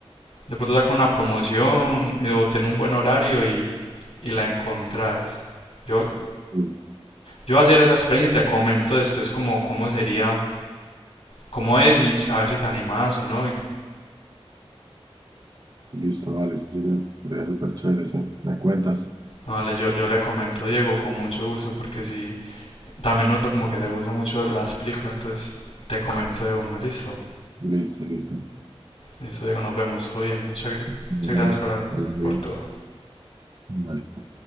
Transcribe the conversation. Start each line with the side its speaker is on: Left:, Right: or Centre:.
Left: de pronto sacan una promoción y- o tienen un buen horario y, y la encontrás. Yo,
Right: Sí.
Left: yo voy a hacer esa experiencia y te comento después cómo, cómo sería, cómo es y a ver si te animás o no. Y,
Right: Listo, vale, sí, señor. Debe ser súper chévere, sí. ¿Me cuentas?
Left: no, dale, yo, yo le comento a Diego con mucho gusto porque sí también noto como que te gustan mucho las películas, entonces te comento de una, listo.
Right: Listo, listo.
Left: Listo, Diego, nos vemos, todo bien. Muchas, gra-
Right: Bueno,
Left: muchas gracias por,
Right: vale, bien.
Left: por todo.
Right: Vale.